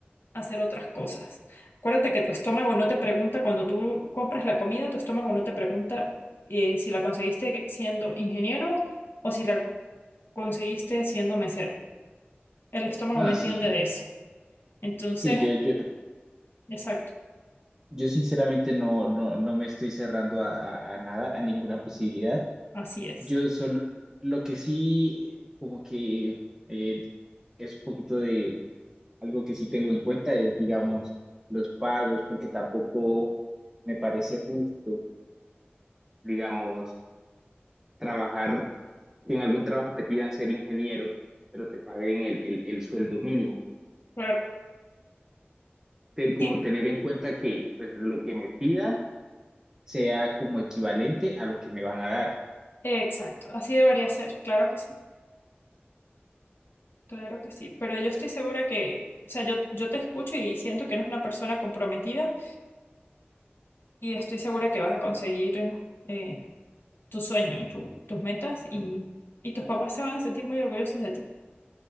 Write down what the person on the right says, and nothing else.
No,
sí,
sí, yo, yo.
Yo sinceramente no, no, no me estoy cerrando a, a- a nada, a ninguna posibilidad.
Yo solo, lo que sí, como que eh, es un poquito de algo que sí tengo en cuenta es, digamos, los pagos, porque tampoco me parece justo, digamos, trabajar, que en algún trabajo te pidan ser ingeniero, pero te paguen el, el, el sueldo mínimo.
Te- Como
tener en cuenta que pues, lo que me pidan sea como equivalente a lo que me van a dar.